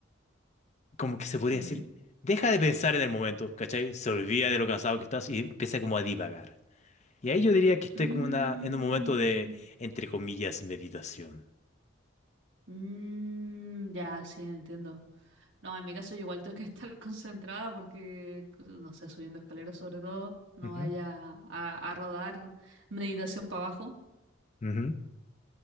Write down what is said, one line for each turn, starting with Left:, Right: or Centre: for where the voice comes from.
Left: como que se podría
Right: ujú.
Left: decir, deja de pensar en el momento, ¿cachai? Se olvida de lo cansado que estás y empieza como a divagar. Y ahí yo diría que estoy
Right: Mm,
Left: como una, en un momento de, entre comillas, meditación.
Right: mm, ya, sí, entiendo. No, en mi caso yo igual tengo que estar <laughs> concentrada porque, no sé, subiendo escaleras sobre todo, no
Left: Ujú.
Right: vaya a, a rodar meditación para abajo.
Left: Ujú,